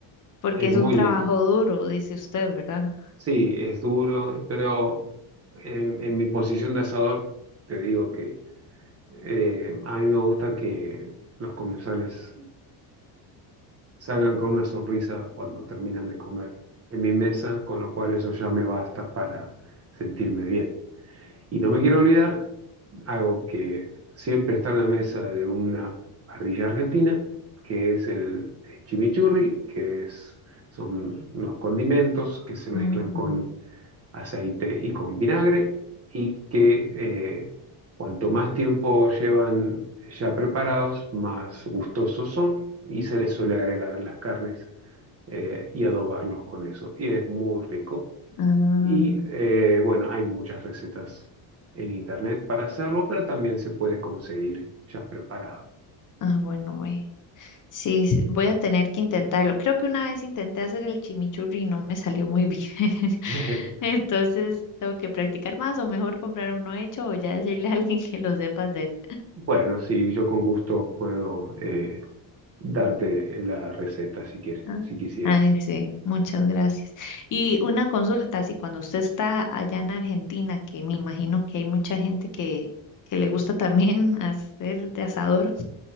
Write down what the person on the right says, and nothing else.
es
muy
lindo.
Sí, es duro, pero en, en mi posición de asador te digo que eh, a mí me gusta que los comensales salgan con una sonrisa cuando terminan de comer en mi mesa, con lo cual eso ya me basta para sentirme bien. Y no me quiero olvidar algo que siempre está en la mesa de una parrilla argentina, que es el chimichurri, que es, son unos condimentos que se mezclan
con aceite y con vinagre y que eh, cuanto más tiempo llevan ya preparados, más gustosos son y se les suele agregar a las carnes eh, y adobarlos con eso. Y es muy rico.
Y eh, bueno, hay muchas recetas en internet para hacerlo, pero también se puede conseguir ya preparado.
<laughs>
Bueno, sí, yo con gusto puedo eh, darte la receta si quieres,
si quisieras.